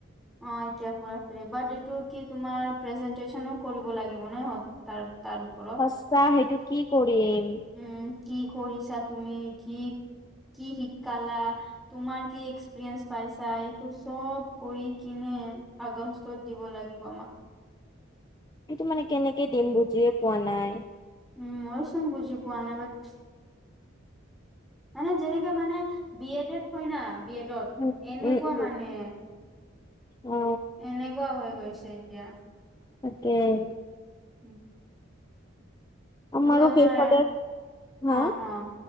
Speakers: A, in the centre; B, on the left.
A: অ' এতিয়া পুৰা ফ্ৰি, বাট এইটো কি তোমাৰ প্ৰেজেন্টেচনো কৰিব লাগিব নাই তাৰ তাৰ ওপৰত।
B: সচ্চা সেইটো কি কৰিম?
A: উম, কি কৰিছা তুমি কি কি শিকালা, তোমাৰ কি এক্সপিৰিয়েন্ঞ্চ পাইছা, এইটো চব কৰি কিনে আগষ্টত দিব লাগিব আমাক।
B: সেইটো মানে কেনেকে দিম বুজিয়ে পোৱা নাই।
A: উম, ময়োচোন বুজি পোৱা নাই বাট মানে যেনেকে মানে বি এডত হয় না, বি এডত
B: উম
A: এনেকুৱা
B: উম উম
A: মানে।
B: অ
A: এনেকুৱা হৈ গৈছে এতিয়া।
B: তাকেই।
A: উম।
B: আমাৰো
A: আমাৰ
B: শেই হ'লে, হা,
A: অ অ